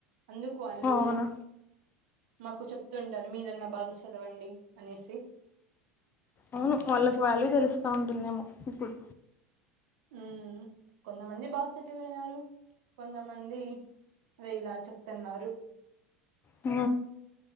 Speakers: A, on the right; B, on the left.
A: అందుకు వాళ్ళు
B: అవునా
A: మాకు చెప్తుంటారు మీరన్నా బాగా చదవండి అనేసి
B: అవును వాళ్ళకి వాల్యూ తెలుస్తా ఉంటుందేమో ఇప్పుడు
A: ఉ కొంతమంది బాగా సెటిల్ అయిన కొంతమంది అే ఇలా చెప్తున్నారు
B: అ